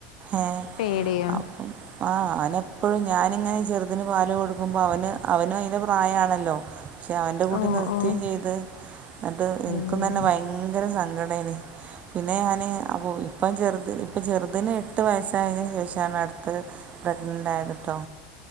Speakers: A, on the right; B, on the left.
A: ഏ
B: പേടിയോ
A: അപ്പം. ആ അവനെപ്പഴും ഞാനിങ്ങനെ ചെറുതിന് പാല് കൊടുക്കുമ്പോ അവന് അവനും അയിന്റെ പ്രായാണല്ലോ. പക്ഷെ അവന്റെ കുടി
B: ഓഹ്
A: നിർത്തി
B: ഓഹ്
A: ചെയ്ത് ങ്ങട്ട് എനിക്കും
B: ഉം
A: തന്നെ ഭയങ്കര സങ്കടേയിനി പിന്നെ ഞാന് ആ പോയി. ഇപ്പം ചെറുത്, ഇപ്പം ചെറുതിന് എട്ട് വയസ്സായതിന് ശേഷാണ് അടുത്തത് പ്രഗ്നന്റ് ആയത്ട്ടോ